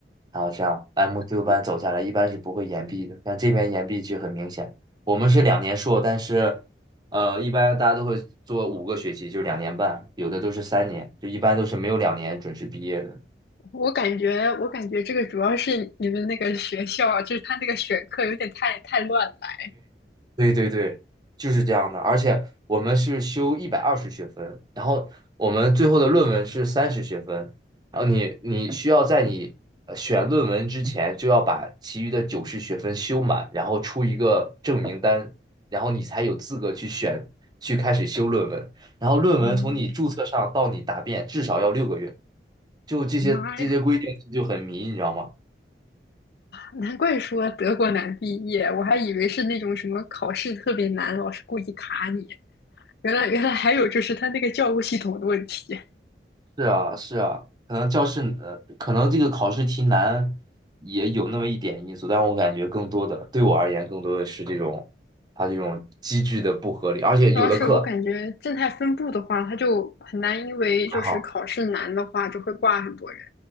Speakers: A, on the right; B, on the left.
A: 然后这样按部就班走下来，一般是不会延毕的。但这边延毕其实很明显，我们是两年硕，但是呃，一般大家都会做五个学期，就两年半，有的都是三年，就一般都是没有两年准时毕业的。
B: <laughs> 我感觉，我感觉这个主要是你们那个学校啊就是他那个选课有点太太乱来。
A: 对对对对，就是这样的。而且我们是修一百二十学分，然后我们最后的论文是三十学分，然后你你需要在你呃选论文之前就要把其余的九十学分修满，然后出一个证明单，然后你才有资格去选去开始修论文。然后论文从你注册上到你答辩至少要六个月，
B: 嗯，
A: 就这些这些规定就很迷，
B: 妈呀，
A: 你知道吗？
B: 难怪说德国难毕业，我还以为是那种什么考试特别难，老师故意卡你。原来，原来还有就是他那个教务系统的问题。
A: 是啊，是啊，可能教室呃，可能这个考试题难也有那么一点因素，但我感觉更多的对我而言，更多的是这种它这种机制的不合理，而且有的课
B: 主要是我感觉正态分布的话，它就很难，因为就是考试难的话，
A: 还好，
B: 就会挂很多人。